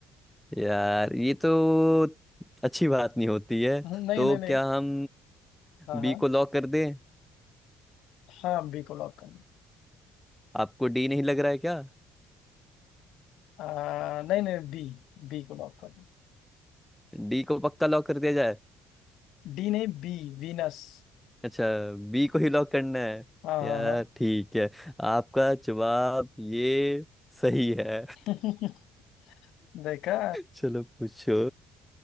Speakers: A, in the centre; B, on the left (about 70°).
A: यार ये तो अच्छी बात नहीं होती है
B: हम्म, नहीं
A: तो
B: नहीं नहीं
A: क्या हम
B: हाँ
A: बी
B: हाँ
A: को लॉक कर दें
B: हाँ बी को लॉक कर दो।
A: आपको डी नहीं लग रहा है क्या
B: आ, नहीं नहीं बी बी को लॉक कर दो।
A: डी को पक्का लॉक कर दिया जाए
B: डी नहीं बी वीनस
A: अच्छा बी को ही लॉक करना है
B: हाँ
A: यार
B: हाँ
A: ठीक है आपका जवाब ये सही है
B: हाँ <laughs> देखा
A: चलो पूछो